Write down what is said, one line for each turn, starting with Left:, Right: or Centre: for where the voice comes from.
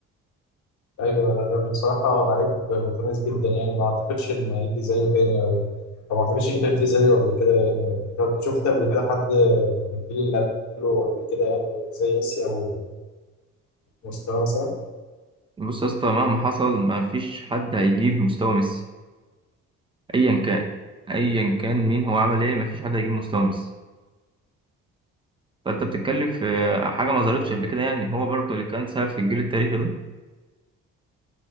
Left: ايوه لا، بصراحه لعيب متميز جدا يعني ما اعتقدش ان هيجي زيه تاني او أو ما اعتقدش ان كان في زيه قبل كده يعني طب شفت قبل كده حد من الجيل اللي قبله قبل كده يعني زي ميسي او مستواه مثلا
Right: بص يا اسطى مهما حصل ما فيش حد هيجيب مستوى ميسي ايا كان ايا كان مين هو عمل ايه مفيش حد هيجيب مستومس فانت بتتكلم في حاجه ما ظهرتش قبل كده يعني هو برضه اللي كان سبب في الجيل التاريخي ده